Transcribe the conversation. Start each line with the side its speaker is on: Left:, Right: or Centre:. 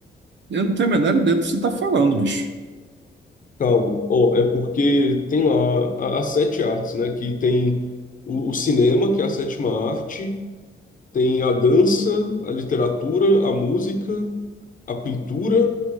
Right: Eu não tenho a menor ideia do que você tá falando, bicho.
Left: Calma. Ó, é porque tem lá a- as sete artes, né? Que tem o, o cinema, que é a sétima arte, tem a dança, a literatura, a música, a pintura,